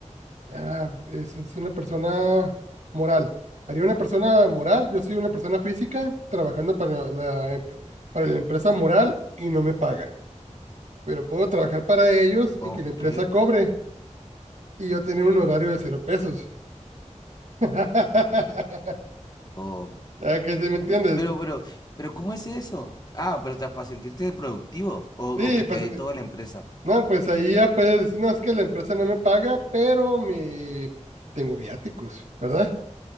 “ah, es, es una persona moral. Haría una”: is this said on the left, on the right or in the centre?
Right